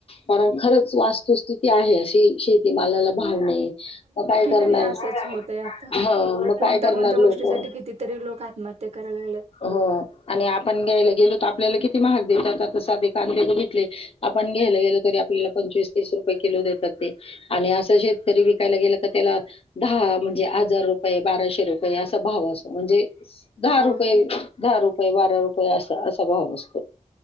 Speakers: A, on the left; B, on the right.
A: कारण खरंच वास्तुस्थिती आहे अशी शेतीमालाला भाव नाही मग काय. करणार?
B: नाही असंच होत आहे आता
A: हं, मग
B: कोणत्या
A: काय करणार
B: कोणत्या
A: लोकं?
B: गोष्टीसाठीठी कितीतरी लोक आत्महत्या करायला लागलेत.
A: हो आणि आपण घ्याला गेलो आपल्याला किती महाग देतात आता साधे कांदे बगितले आपण घायला गेलो तर आपल्याला पंचवीस तीस रुपये किलो देतात ते आणि अस शेतकरी विकायला गेल का त्याला दहा म्हणजे हजार रुपये बाराशे रुपये असा भाव असो म्हणजे त्या दहा
B: होय
A: रुपये दहा रुपये बारा रुपये अस असा भाव असतो.